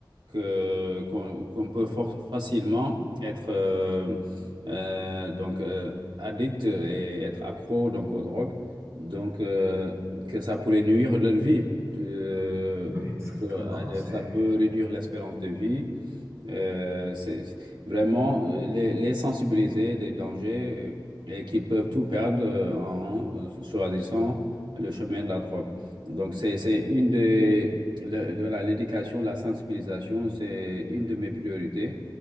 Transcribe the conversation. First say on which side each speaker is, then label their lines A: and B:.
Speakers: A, on the right; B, on the right.
A: que qu'on qu'on peut for- facilement être euh, euh, donc euh, addict et être accro donc aux drogues, donc euh, que ça pourrait nuire leur vie, que,
B: Oui, exactement,
A: que euh,
B: c'est
A: ça peut réduire l'espérance de vie. Euh, c'est c'est- vraiment euh, les, les sensibiliser des dangers euh, et qu'ils peuvent tout perdre euh, en euh, choisissant le chemin de la drogue. Donc, c'est, c'est une des. le- le- voilà, l'éducation, la sensibilisation, c'est une de mes priorités.